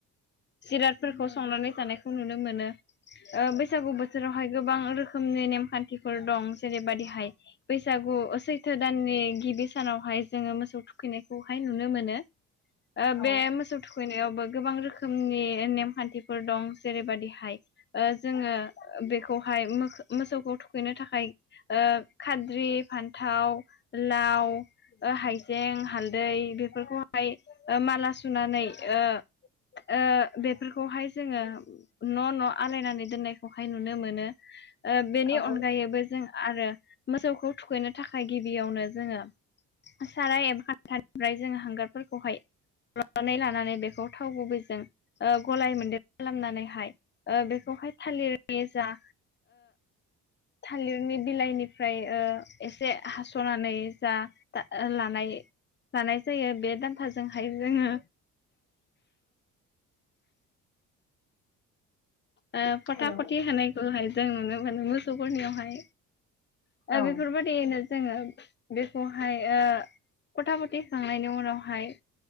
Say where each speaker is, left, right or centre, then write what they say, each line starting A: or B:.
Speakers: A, on the left (about 25°); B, on the left (about 65°).
A: जिरादफोरखौ संनानै जानायखौ नुनो मोनो बैसागु बोथोरावहाय गोबां रोखोम रोखोमनि नेमखान्थिफोर दं जेरैबायाददिहाय बैसागु सैथो दाननि गिबि सानावहाय जोंङो मोसौ थुखैनायखौहाय नुनो मोनो
B: औ
A: बे मोसौ थुखैनायावबो गोबां रोखोमनि नेमखान्थिफोर दं जेरैबाददिहाय जोङो बेखौहाय मोसौखौ थुखैनो थाखाय खाद्रि फान्थाव लाव हाइजें हालदै बेफोरखौहाय माला सुनानै ओ बेफोरखौहाय जोंङो न न आलायनानै दोननायखौहाय नुनो मोनो बेनि
B: औ
A: अनगायैबो जों आरो मोसौखौ थुखैनो थाखाय गिबियावनो जोङो साराय एक घन्टानिफ्राय जोङो हांगारफोरखौहाय लानानै बेखौ थाव गुबैजों गलाय मोनदेर खालामनानैहाय बेखौ बेाय थालिर जा थालिरनि बिलाइनिफ्राय ओक्षएसे हास'नानै जा लानाय जानाय जायो बे दान्थाजोंहाय जोङो ओ फथा
B: हेल'
A: फथि होनायखौहाय जों नुनो मोनो मोसौफोरनियावहाय
B: औ
A: बेफोरबायाददियैनो जोङो बेखौहाय खथा फथि खांनायनि उनावहाय